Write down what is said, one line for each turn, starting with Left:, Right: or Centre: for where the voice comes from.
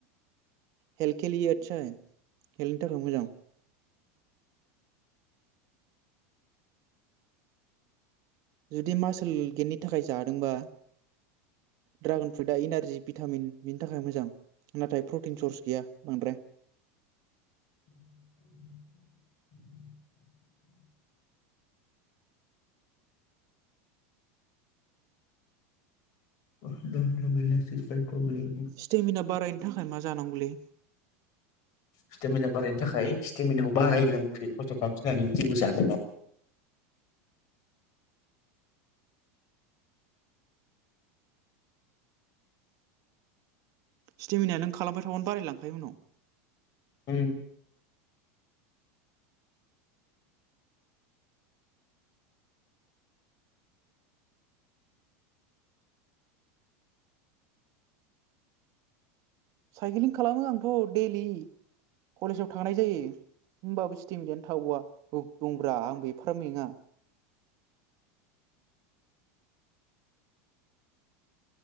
Right: हेल्थ खेलेयो आटसा हेल्थनि थाखाय मोजां। जुदि मार्सेल गेमनि थाखाय जादोंबा। ड्रागन फ्रुइटआ इनारजि भिटामिन बिनि थाखाय मोजां। नाथाय प्रटिन सर्स गैया बांद्राय।
Left: <inaudible> <unintelligible>
Right: स्टेमिना बारायनो थाखाय मा जानांगौलै?
Left: स्टेमिना बारायनो थाखाय स्टेमिनाखौ बाराय होनांगौसो खस्थ' खालामसिननानै जेबो जानोबा।
Right: स्टेमिनायख नों खालामबाय थाबानो बारायलांखायो उनाव।
Left: उम।
Right: साइकिलिं खालामो आंथ' डैलि कलेजाव थांनाय जायो होमबाबो स्टिमिनायानो थाबावा औ दंब्रा आंबो एफा मेङा।